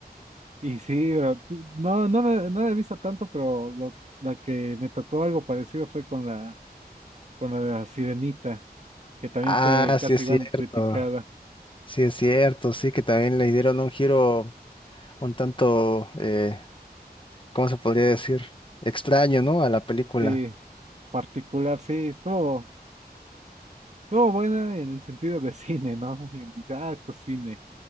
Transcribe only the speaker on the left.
Ah,
sí
es cierto,
sí es cierto, sí que también le dieron un giro un tanto, eh, ¿cómo se podría decir? Extraño, ¿no? A la película.